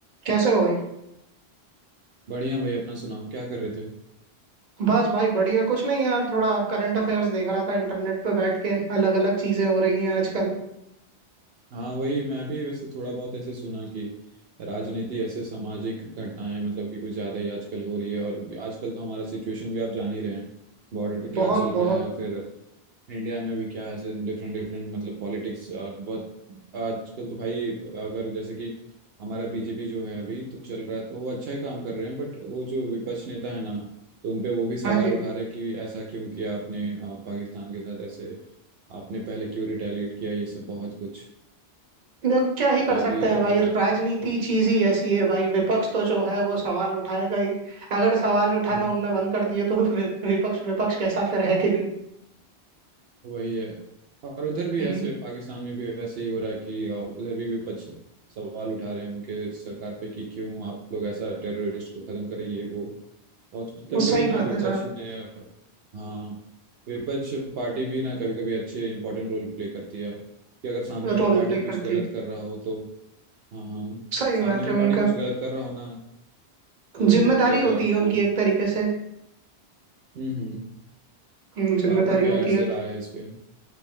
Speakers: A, on the right; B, on the right.
A: कैसे हो भाई
B: बढ़िया भाई अपना सुनाओ क्या कर रहे थे
A: बस भाई बढ़िया कुछ नहीं यार थोड़ा करंट अफेयर्स देख रहा था इंटरनेट पे बैठ के अलग अलग चीजें हो रही हैं आजकल
B: हाँ वही मैं भी वैसे थोड़ा बहुत ऐसे सुना कि राजनीति ऐसे सामाजिक घटनाएं मतलब कि कुछ ज़्यादा ही आजकल हो रही है और आजकल तो हमारा सिचुएशन भी आप जान ही रहे हैं बॉर्डर पे क्या
A: बहुत
B: चल
A: बहुत
B: रहा है और फिर इंडिया में भी क्या ऐसे डिफरेंट डिफरेंट मतलब पॉलिटिक्स और बहुत आजकल तो भाई अगर जैसे कि हमारा बीजेपी जो है अभी तो चल रहा है तो वो अच्छा ही काम कर रहे हैं बट वो जो विपक्ष नेता है ना तो उनपे वो भी सवाल
A: हाँ जी
B: उठा रहे हैं कि ऐसा क्यों किया आपने अ, पाकिस्तान के साथ ऐसे आपने पहले क्यों रिटेलिएट किया ये सब बहुत कुछ
A: देख क्या ही
B: तो
A: कर
B: यार
A: सकते
B: ये
A: हैं
B: तो
A: भाई
B: राज
A: राजनीति चीज ही ऐसी है भाई विपक्ष तो जो है वो सवाल उठाएगा ही अगर सवाल उठाना
B: हम्म,
A: उनने बंद कर दिए तो वि- विपक्ष विपक्ष कैसा फिर है कि नहीं
B: वही है और उधर भी
A: हम्म,
B: ऐसे पाकिस्तान में भी ऐसे ही हो रहा है कि अ, उधर भी विपक्ष सवाल उठा रहे हैं उनके सरकार पे कि क्यों आप लोग ऐसा टेररिस्ट को खत्म करें ये वो और कभी कभी
A: सही
B: ना
A: बात
B: विपक्ष
A: है सर
B: ने अ, हाँ विपक्ष पार्टी भी ना कभी कभी अच्छे इंपॉर्टेंट रोल प्ले करती है कि अगर सामने वाला
A: रोल
B: पार्टी
A: प्ले
B: कुछ
A: करती
B: गलत
A: है
B: कर रहा हो तो हाँ हाँ
A: सही
B: सामने
A: बात
B: वाला
A: है उनका
B: पार्टी कुछ गलत कर रहा हो ना तो
A: जिम्मेदारी
B: फिर अ,
A: होती है उनकी
B: वो
A: एक तरीके से
B: हम्म हम्म
A: हम्म, जिम्मेदारी
B: तो आपको क्या
A: होती
B: है उसे
A: है
B: राय है इस पे